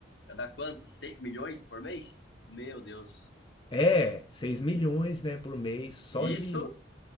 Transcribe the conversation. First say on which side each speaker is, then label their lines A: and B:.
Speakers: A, on the left; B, on the left.
A: já dá quanto? 6 milhões por mês? Meu Deus.
B: É, 6 milhões, né, por mês, só
A: E
B: de,
A: isso